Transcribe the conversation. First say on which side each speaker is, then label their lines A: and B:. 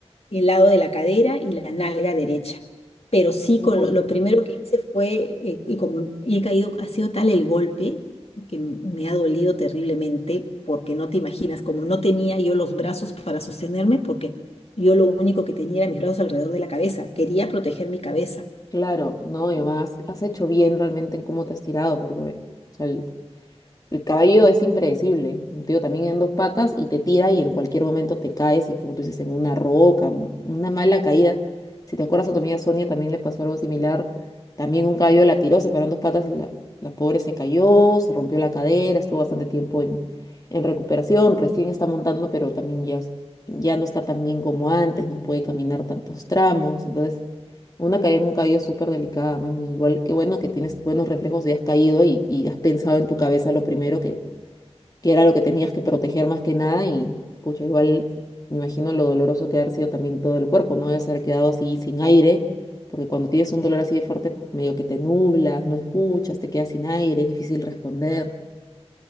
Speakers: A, on the left; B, on the left.
A: el lado de la cadera y la nalga derecha. Pero sí,
B: Uy,
A: con lo, lo primero que hice fue, eh, y como y he caído, ha sido tal el golpe que m- me ha dolido terriblemente, porque no te imaginas, como no tenía yo los brazos para sostenerme, porque yo lo único que tenía era mis brazos alrededor de la cabeza, quería proteger mi cabeza.
B: Claro, no, y además has hecho bien realmente en cómo te has tirado, porque o sea, el, el caballo es impredecible, un tío, también en dos patas y te tira y en cualquier momento te caes y como tú dices, en una roca, m- una mala caída. Si te acuerdas a tu amiga Sonia también le pasó algo similar, también un caballo la tiró, se paró en dos patas, la, la pobre se cayó, se rompió la cadera, estuvo bastante tiempo en, en recuperación, recién está montando, pero también ya, es- ya no está tan bien como antes, no puede caminar tantos tramos, entonces... Una caída en un cabello es súper delicada, mami. Igual que bueno que tienes buenos reflejos y has caído y, y has pensado en tu cabeza lo primero que, que era lo que tenías que proteger más que nada. Y pucha, igual me imagino lo doloroso que ha de haber sido también todo el cuerpo, ¿no? Debes haber quedado así sin aire, porque cuando tienes un dolor así de fuerte, medio que te nublas, no escuchas, te quedas sin aire, es difícil responder.